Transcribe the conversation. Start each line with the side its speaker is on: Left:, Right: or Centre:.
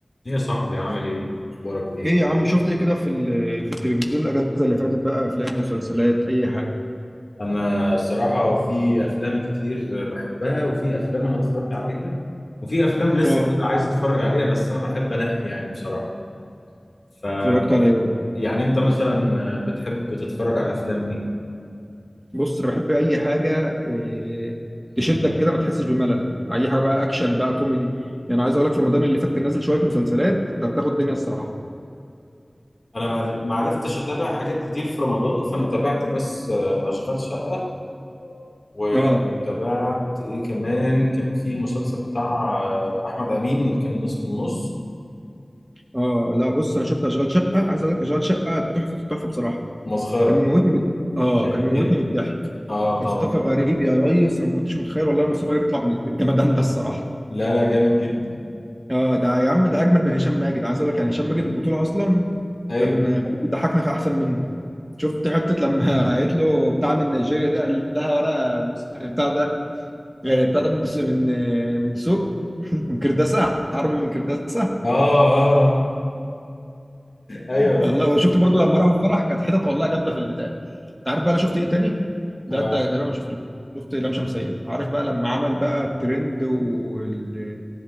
Left: ايه يا صاحبي عامل ايه اخبارك ايه
Right: ايه يا عم شفت ايه كده في ال- في التلفزيون الاجازه اللي فاتت بقى افلام مسلسلات اي حاجه
Left: انا الصراحه في افلام كتير بحبها وفي افلام انا اتفرجت عليها وفي افلام لسه
Right: اه
Left: بقى عايز اتفرج عليها بس انا بحب انقي يعني بصراحه ف
Right: اتفرجت على ايه
Left: يعني انت مثلا بتحب تتفرج على افلام ايه
Right: بص انا بحب اي حاجه إيه تشدك كده ما تحسش بملل اي حاجه بقى اكشن بقى كوميدي يعني عايز اقول لك في رمضان اللي فات كان نازل شويه مسلسلات دغدغوا الدنيا الصراحه
Left: انا ما ما عرفتش اتابع حاجات كتير في رمضان فانا تابعت بس اشغال شقه وتابعت
Right: اه
Left: ايه كمان كان في المسلسل بتاع احمد امين اللي كان اسمه النص
Right: اه لا بص انا شفت اشغال شقه عايز اقول لك اشغال شقه تحفه التحفه بصراحه
Left: مسخره
Right: كان موتني من اه
Left: جامد
Right: كان موتني
Left: جدا
Right: من الضحك
Left: اه طبعا
Right: مصطفى غريب يا ريس انا ما كنتش متخيل والله مصطفى غريب يطلع بال- بالجمدان ده الصراحه
Left: لا لا جامد جدا
Right: اه ده يا عم ده اجمد من هشام ماجد عايز اقول لك يعني هشام ماجد البطوله اصلا
Left: ايوه
Right: كان غريب بيضحكنا في احسن منه شفت حته لما <laughs> قالت له بتاع من نيجيريا ده قال لها وانا مس- بتاع ده غير بتاع ده من دسوق من من دسوق <laughs> من كرداسه عربي من كرداسه
Left: اه اه آه. ايوه صح
Right: والله وشفت برضو لما راحوا الفرح كانت حتت والله جامده في البتاع انت عارف بقى انا شفت ايه تاني ده
Left: اه
Right: انت تقريبا ما شفتوش شفت لام شمسيه عارف بقى لما عمل بقى الترند وال...